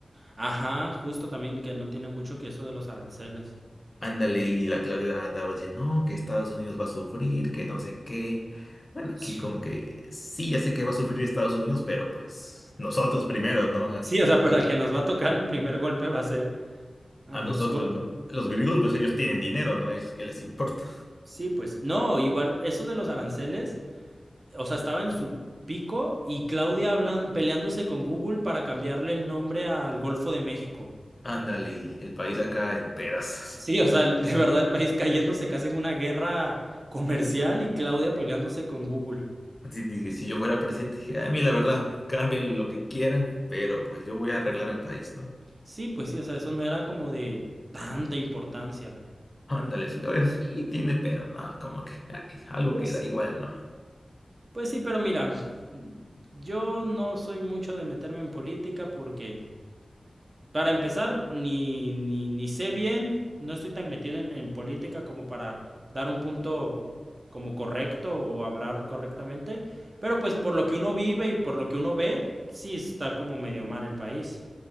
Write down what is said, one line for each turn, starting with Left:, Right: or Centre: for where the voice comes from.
Right: Ajá, justo también que no tiene mucho que eso de los aranceles.
Left: Ándale, y la Claudia andaba diciendo, no, que Estados Unidos va a sufrir, que no sé qué. Bueno,
Right: Sí,
Left: aquí como que sí, ya sé que va a sufrir Estados Unidos, pero pues nosotros primero, ¿no?
Right: Sí, o sea,
Left: Los
Right: pero al que nos va a <laughs> tocar el primer golpe va a ser a
Left: A
Right: nosotros.
Left: nosotros, ¿no? Los griegos, pues ellos tienen dinero, ¿no? Ellos, ¿qué les importa?
Right: Sí, pues, no, igual eso de los aranceles, o sea, estaba en su pico y Claudia hablan, peleándose con Google para cambiarle el nombre al Golfo de México.
Left: <laughs> Ándale, y el país acá en pedazos.
Right: Sí, o sea, el- de verdad el país cayéndose casi en una guerra comercial y Claudia peleándose con Google.
Left: Así dije, si yo fuera presidente, dije, "Ah, a mí la verdad, cambien lo que quieran, pero pues yo voy a arreglar el país, ¿no?
Right: Sí, pues sí, o sea, eso no era como de tanta importancia.
Left: Ándale, señores, sí tiene, pero no, como que ay, algo
Right: Pues,
Left: que da igual, ¿no?
Right: pues sí, pero mira, yo no soy mucho de meterme en política porque, para empezar, ni, ni, ni sé bien, no estoy tan metido en, en política como para dar un punto como correcto o hablar correctamente, pero pues por lo que uno vive y por lo que uno ve, sí está como medio mal el país.